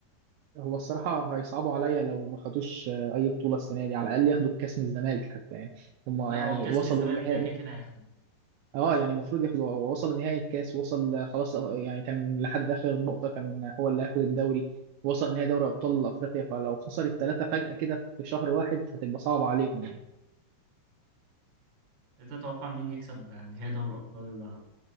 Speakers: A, on the right (about 80°); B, on the right (about 60°).
A: هو الصراحه هيصعبوا عليا لو ما خدوش اي بطوله السنه دي على الاقل ياخدوا الكاس من الزمالك حتى يعني هم
B: لا
A: يعني
B: هو الكاس
A: وصلوا
B: من الزمالك
A: النهائي
B: ده كده كده هياخده
A: اه يعني المفروض ياخده هو وصل نهائي الكاس وصل خلاص يعني كان لحد اخر نقطه كان هو اللي هياخد الدوري وصل نهائي دوري ابطال افريقيا فلو خسر الثلاثه فجاه كده في شهر واحد هتبقى صعبه عليهم يعني
B: انت تتوقع مين يكسب نهائي دوري ابطال